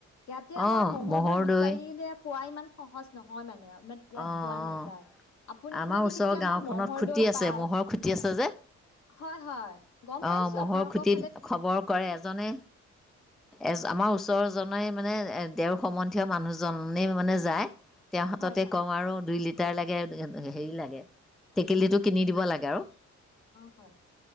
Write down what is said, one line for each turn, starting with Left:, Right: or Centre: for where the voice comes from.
Left: ইয়াতে আমাৰ
Centre: অঁ
Left: মহৰদৈ
Centre: ম'হৰ
Left: বিচাৰিলে
Centre: দৈ
Left: পুৱা ইমান সহজ নহয় মানে আৰু। ইমান ইয়াত
Centre: অঁ
Left: পোৱা
Centre: অঁ
Left: নাযায়, আপুনি
Centre: আমাৰ
Left: যদি
Centre: ওচৰৰ
Left: কেতিয়াবা
Centre: গাঁওখনত
Left: ম'হৰ
Centre: খুটি
Left: দৈ
Centre: আছে
Left: পায়,
Centre: ম'হৰ খুটি আছে যে
Left: হয় হয়। গম পাইছো,
Centre: অঁ ম'হৰ
Left: আপোনালোকক
Centre: খুটিত খবৰ কৰে এজনে, এজ আমাৰ ওচৰ জনে মানে, এ দেওৰ সম্বন্ধীয় মানুহজনেই মানে যায়। তেওঁ হাতততে
Left: হয়, হয়।
Centre: কওঁ আৰু দুই লিট টাৰ লাগে, এব হেৰি লাগে, টেকেলিটো কিনি দিব লাগে আৰু।
Left: অ হয়।